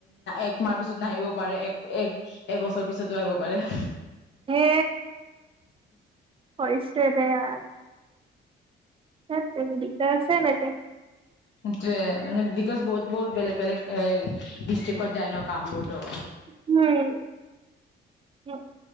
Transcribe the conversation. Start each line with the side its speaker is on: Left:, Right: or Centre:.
Left: একমাহ পিছত নাহিবও পাৰে, এক-এবছৰ পিছতো আহিব পাৰে।
Right: হে, হৈছে দে আৰ। ধেৎতেৰি। দিগদাৰ আছে এনেকে।
Left: সেইটোৱে। মানে বিকজ বহুত-বহুত বেলেগ-বেলেগ। এই ডিষ্ট্ৰিকত যায় ন কামবোৰ টো
Right: উম